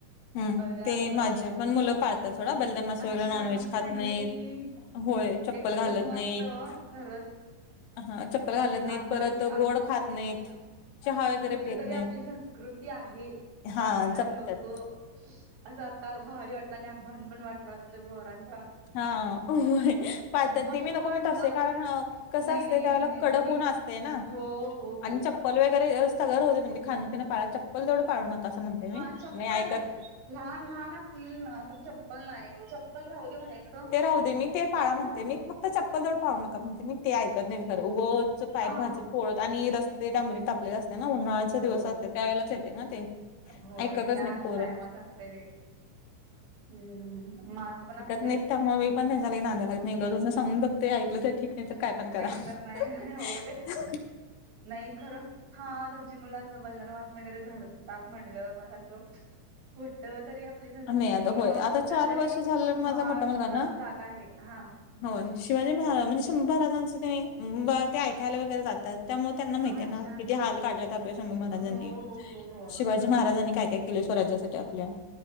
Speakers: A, on the left (about 85°); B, on the right (about 80°).
A: हम
B: जास्त
A: ते माझे पण मुलं पाळतात सोडा बलदान मास
B: अच्छा
A: वेळेला नॉनव्हेज खात
B: चांगलंय
A: नाहीत.
B: की
A: होय चप्पल
B: एकदम
A: घालत
B: मस्त
A: नाहीत
B: खरंच
A: हा चप्पल
B: म्हणजे
A: घालत नाहीत
B: आता
A: परत
B: म्हणजे आ
A: गोड खात नाहीत. चहा वगैरे
B: कुठ
A: पेत
B: तरी
A: नाहीत
B: आपली संस्कृती आहे
A: हा
B: पाळणारी
A: जपत्यात
B: लोक असं आता भारी वाटल भन भन वाटलं तुमच्या पोरांनी
A: हा होय होय पाळतात
B: मस्त
A: ते मी नको
B: वाटलं
A: म्हणत असतोय कारण कसं
B: नाही
A: असते
B: नाही
A: त्यावेळेला
B: नाही नाही
A: कडक
B: तुम्ही
A: ऊन असते ना
B: हो हो हो
A: आणि चप्पल वगैरे अस सगळं राहूद्या म्हणते खान पिन पाळा चप्पल तेवढ पाळू नकांसा म्हणते
B: हा चप्पल
A: मी ऐकत
B: नाही लहान लहान असली ना तर चप्पल नाय. पण राहू दे म्हणायचं
A: ते राहू दे मी पाळा म्हणते
B: हा..
A: मी फक्त ते चप्पल तेवढं पाळु नका म्हणते मी ते ऐकत नाहीत खरं उग सो ताय
B: आ
A: कुणाचं पोळत आणि रस्ते डांबरी तापले असते ना उन्हाळ्याचे
B: हो
A: दिवस असतात त्यावेळेलाच येते ना ते
B: होय
A: ऐकतच
B: त्याच
A: नाही पोरं
B: टाईमात असतंय ते हम माझ पण असतं.
A: नाही त्यामुळे मी पण त्यांच्या लई नादाला लागत नाही एकदा दोनदा सांगून बघतेय ऐकलं तर ठीक नाही तर काय पण करा
B: नाय तर नाय हो ते नाय खरं हा तुमची मुलाचं बलदान मास वगैरे धरतात म्हणलं मला असं कुठ तरी अप आपली संस्कृती
A: नाही आता
B: किंवा
A: होय आता
B: कुठ
A: चार
B: तरी
A: वर्ष झालं माझा
B: महाराष्ट्र
A: मोठा मुलगा ना
B: जागा आहे. हा
A: होय शिवाजी महाराज म्हणजे शंभू महाराजांचं तनी ते ऐकायला वगैरे जातात त्यामुळे त्यांना माहित
B: अच्छा
A: आहे ना किती हाल काढल्यात आपल्या शंभू महाराजांनी
B: हो
A: शिवाजी
B: हो हो हो
A: शिवाजी महाराजांनी काय काय केले स्वराज्यासाठी आपल्या